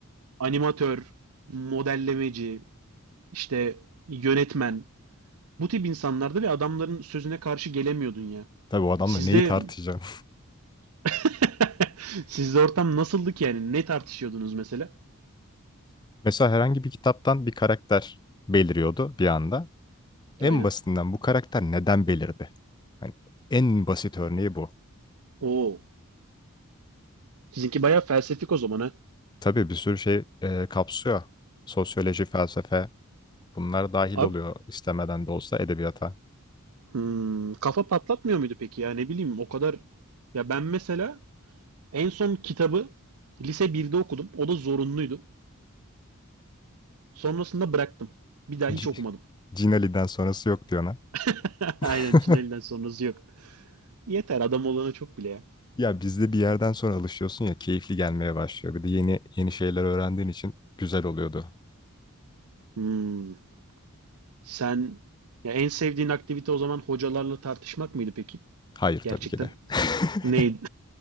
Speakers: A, on the right; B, on the left.
A: animatör, modellemeci, işte yönetmen bu tip insanlardı ve adamların sözüne karşı gelemiyordun ya.
B: Tabii o adamla
A: Sizde
B: neyi tartışacağım?
A: <laughs> sizde ortam nasıldı ki yani? Ne tartışıyordunuz mesela?
B: <laughs> Mesela herhangi bir kitaptan bir karakter beliriyordu bir anda. En
A: Aynen.
B: basitinden bu karakter neden belirdi? Hani en basit örneği bu.
A: Oo. Sizinki bayağı felsefik o zaman ha.
B: Tabii bir sürü şey e, kapsıyor. Sosyoloji, felsefe bunlar dahil
A: Abi
B: oluyor istemeden de olsa edebiyata.
A: hmm, kafa patlatmıyor muydu peki ya ne bileyim o kadar. Ya ben mesela en son kitabı lise birde okudum. O da zorunluydu. Sonrasında bıraktım. Bir daha hiç
B: C-
A: okumadım.
B: <laughs> Cin sonrası yok diyor ona.
A: <laughs>
B: <laughs>
A: Aynen Çineli'den sonrası yok. Yeter adam olana çok bile ya.
B: Ya bizde bir yerden sonra alışıyorsun ya keyifli gelmeye başlıyor. Bir de yeni yeni şeyler öğrendiğin için güzel oluyordu.
A: Hmm, sen ya en sevdiğin aktivite o zaman hocalarla tartışmak mıydı peki?
B: Hayır tabii
A: Gerçekten.
B: ki de. <laughs>
A: Neydi?